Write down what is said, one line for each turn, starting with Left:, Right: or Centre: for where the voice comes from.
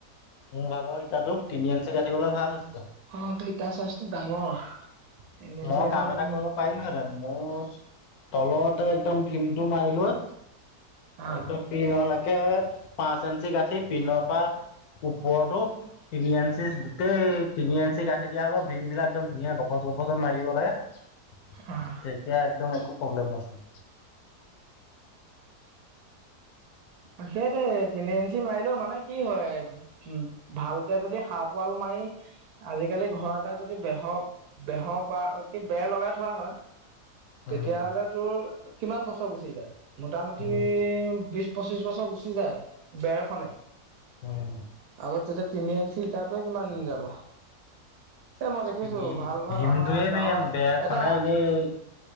Left: মোৰ ভাগৰ ইটাতো তিনি আঞ্চি দিবলৈ ভাল হৈছিলে।
Right: অ তোৰ ইটা চাইচটো ডাঙৰ। তিনি ইঞ্চি
Left: মই
Right: গাঁঠিবলৈ
Left: কাম এটা
Right: ইমান
Left: কৰিব পাৰিলোহেঁতেন মোৰ তলতে একদম ভিমটো মাৰি লোৱা
Right: অ',
Left: একদম টিনলৈকে পাঁচ এঞ্চি গাঁঠিত টিন পা ওপৰতো তিনি ইঞ্চি, গোটেই তিনি ইঞ্চি গাঠি দিয়া অলপ ভীম বিলাক একদম ধুনীয়া গপ গপচত মাৰি দিব লাগে তেতিয়া
Right: অ',
Left: একদম একো প্ৰব্লেম নহয়
Right: সেইটোৱেই তিনি ইঞ্চি মাৰিলেও মানে কি হয়, উম ভালকে যদি হাফ ৱাল মাৰি আজিকালি ঘৰ এটা যদি বেহৰ -বেহৰ বা কি বেৰ লগাই থোৱা হয় তেতিয়াহলে
Left: উম,
Right: তোৰ কিমান বছৰ গুচি যায়, মোটামুটি
Left: উম,
Right: বিশ পঁচিশ বছৰ গুচি যায় বেৰ খনে,
Left: উম।
Right: আগত তেতিয়া তিনি ইঞ্চি ইটাত কিমান দিন যাব? এ মই দেখিছো
Left: তিনি
Right: ভাল -ভাল
Left: ভীমটোৱে
Right: আমাৰ গাঁৱৰ
Left: মেইন বেৰখনে
Right: এটা
Left: এনেই